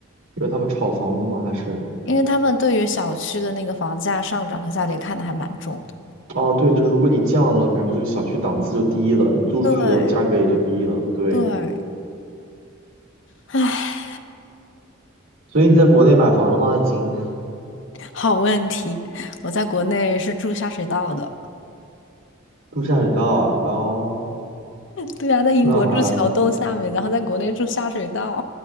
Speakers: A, on the right; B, on the left.
A: 因为他们炒房子吗？还是？
B: 因为他们对于小区的那个房价上涨和下跌看得还蛮重的。
A: 哦，对，就如果你降了，感觉这个小区档次就低了，你租出去的价格也就低了。
B: 对
A: 对。
B: 对，唉，
A: 所以你在国内买房了吗？已经
B: 好问题，我在国内是住下水道的。
A: 陆下水道啊，哦，
B: 对啊，在英国住桥洞下面，
A: 那还
B: 然后在国内住下水道，